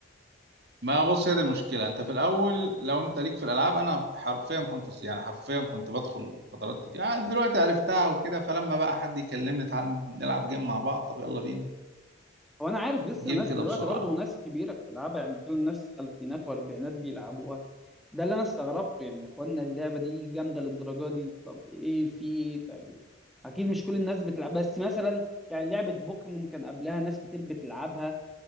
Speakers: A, on the right; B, in the centre.
A: ما بص هي دي المشكله انت في الاول لو انت ليك في الالعاب انا حرفيا كنت يعني حرفيا كنت بدخل فترات كتير آه دلوقتي عرفتها وكده فلما بقى حد يكلمني تعال نلعب جيم مع بعض طب يلا بينا
B: هو انا عارف لسه
A: جيم
B: ناس
A: كده
B: دلوقتي
A: بسرعه
B: برضه ناس كبيره بتلعبها يعني بتكلم ناس ثلاثينات واربعينات بيلعبوها ده اللي انا استغربته يعني يا اخوانا اللعبه دي جامده للدرجه دي طب ايه في ايه طيب اكيد مش كل الناس بتلعب بس مثلا يعني لعبه بوكيمون كان قبلها ناس كتير بتلعبها